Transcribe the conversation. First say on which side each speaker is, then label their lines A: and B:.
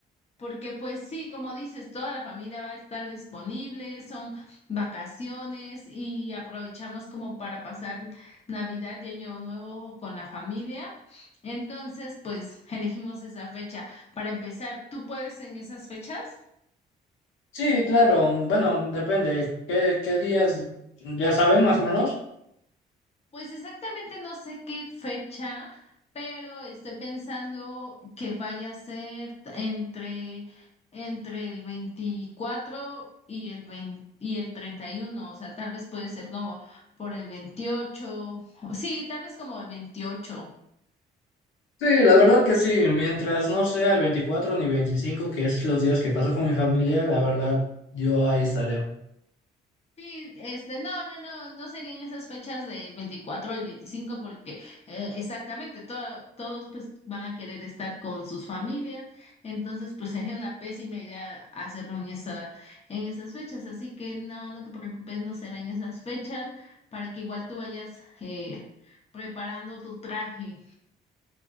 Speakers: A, on the left; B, on the left.
A: Porque pues sí, como dices, toda la familia va a estar disponible, son vacaciones y aprovechamos como para pasar Navidad y Año Nuevo con la familia. Entonces, pues elegimos esa fecha. Para empezar, ¿tú puedes en esas fechas?
B: Sí, claro, bueno, depende qué, qué días, ya saben más o menos.
A: Pues exactamente no sé qué fecha, pero estoy pensando que vaya a ser t- entre, entre el 24 y el 20 y el 31. o sea, tal vez puede ser como por el 28. o sí, tal vez como el 28.
B: Sí, la verdad que sí, mientras no sea el 24 ni 25, que es los días que paso con mi familia, la verdad, yo ahí estaré.
A: Sí, este, no, no, no, no serían esas fechas del 24 al 25 porque eh, exactamente to- todos pues van a querer estar con sus familias, entonces pues sería una pésima idea hacerlo en esa, en esas fechas, así que no, no te preocupes, no será en esas fechas para que igual tú vayas eh, preparando tu traje.